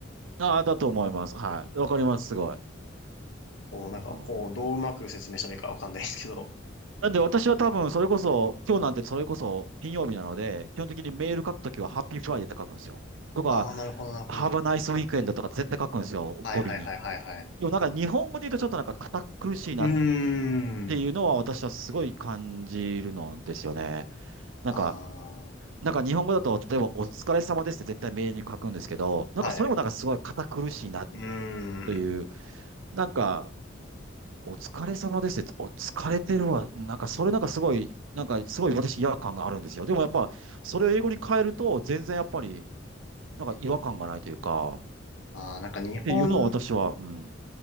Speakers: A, on the right (about 85°); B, on the left (about 80°).
A: ああ、だと思います。はい。わかります、すごい。
B: こう、なんか、
A: あの、
B: こう、どううまく説明したらいいかわかんないですけど。
A: なんで私は多分、それこそ、今日なんてそれこそ金曜日なので、基本的にメール書くときは、ハッピーフライデーって書くんですよ。とか、
B: ああ、なるほど、なるほど。
A: ハブナイスウィークエンドとか絶対書くんですよ、
B: はいはいはいはいはい。
A: 語尾に。でもなんか日本語で言うとちょっとなんか堅苦しいなっ
B: うーん。
A: ていうのは私はすごい感じるのですよね。なんか、
B: ああ、
A: なんか日本語だと、例えばお疲れ様ですって絶対メールに書くんですけど、なんかそれもなんかすごい堅苦しいな
B: はい。うー
A: という、
B: ん。
A: なんか、お疲れ様ですって、お疲れてるわ。なんかそれなんかすごい、なんかすごい私違和感があるんですよ。でもやっぱ、それを英語に変えると、全然やっぱり、なんか違和感がないというか、っ
B: ああ、なんか日本
A: ていうのは私は、うん。